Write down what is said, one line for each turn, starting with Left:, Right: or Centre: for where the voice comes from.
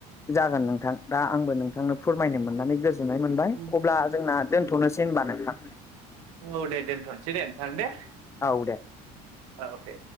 Left: जागोन नोंथां। दा आंबो नोंथांनो फोरमायनो मोननानै गोजोननाय मोनबाय
Right: औ
Left: अब्ला जोंना दोनथनोसै होनबा नोंथां
Right: औ दे दोनथनोसै दे नोंथां दे
Left: औ दे
Right: औ दे